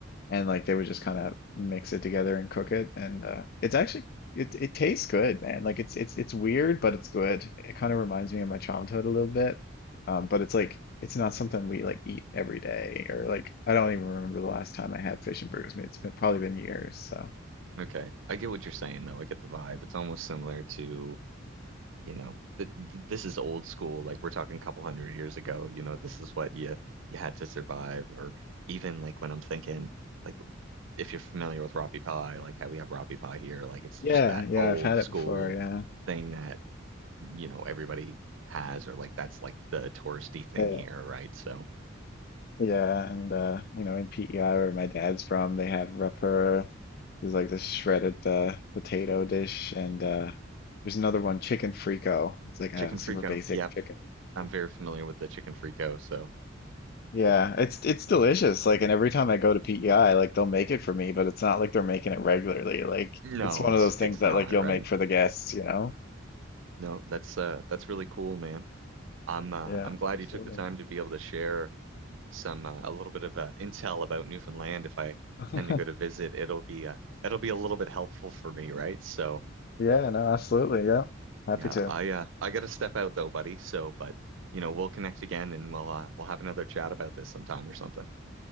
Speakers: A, on the left; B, on the right.
A: and like they would just kind of mix it together and cook it and uh it's actually it it tastes good man like it's it's it's weird but it's good it kind of reminds me of my childhood a little bit um but it's like it's not something we like eat every day or like I don't even remember the last time I had fish and burgers I mean, it's been probably been years so
B: Okay. I get what you're saying though. I get the vibe. It's almost similar to, you know, th th this is old school. Like we're talking a couple hundred years ago, you know, this is what you you had to survive. Or even like when I'm thinking, like if you're familiar with Roppie Pie, like how we have Roppie Pie here, like it's
A: yeah
B: just that
A: yeah
B: old
A: I've had
B: school
A: it before yeah
B: thing that, you know, everybody has, or like that's like the touristy thing
A: Uh,
B: here, right? So
A: yeah and uh you know in PEI where my dad's from they have Rapper There's like this shredded uh, potato dish, and uh, there's another one, chicken frico. It's like a
B: chicken
A: super
B: frico.
A: basic
B: Yep.
A: chicken.
B: I'm
A: soup.
B: very familiar with the chicken frico. So
A: Yeah, it's it's delicious. Like, and every time I go to PEI, like they'll make it for me, but it's not like they're making it regularly. Like,
B: no,
A: it's one
B: it's
A: of those
B: it's
A: things that
B: not,
A: like you'll
B: right?
A: make for the guests, you know?
B: No, that's uh that's really cool, man. I'm uh,
A: Yeah,
B: I'm glad
A: absolutely.
B: you took the time to be able to share some uh, a little bit of uh, intel about Newfoundland. If I
A: <laughs>
B: tend to go to visit, it'll be uh, it'll be a little bit helpful for me, right? So
A: Yeah, no, absolutely. Yeah, happy
B: yeah,
A: to.
B: I uh, I gotta step out though, buddy. So, but you know, we'll connect again and we'll uh, we'll have another chat about this sometime or something.